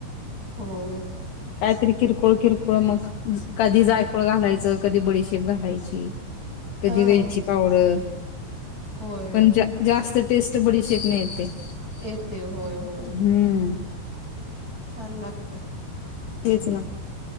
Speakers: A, on the right; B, on the left.
A: होय
B: कायतरी किरकोळ किरकोळ मग. कधी जायफळ घालायचं कधी बडीशेप घालायची. कधी
A: हा
B: वेलची पावडर
A: होय
B: पण जा जास्त टेस्ट बडीशेप ने येते हम्म.
A: येते होय होय छान लागते.
B: तेच ना.